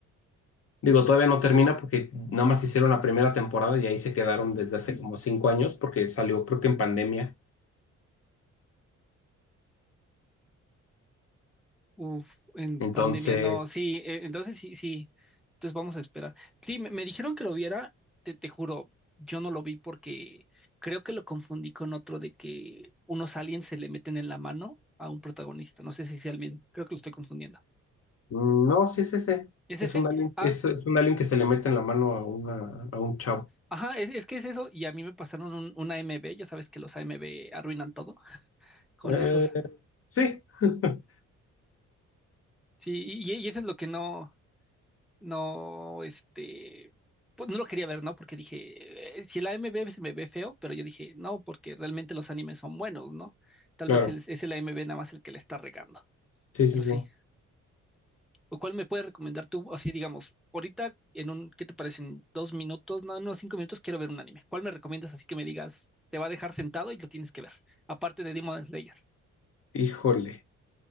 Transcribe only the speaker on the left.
Digo, todavía no termina porque nada más hicieron la primera temporada y ahí se quedaron desde hace como cinco años porque salió creo que en pandemia.
Entonces,
mm, no, sí es ese.
Es un alien,
es, es un alien que se le mete en la mano a una, a un chavo.
Eh,
sí, <laughs>
claro.
Sí, sí,
sí.
Híjole.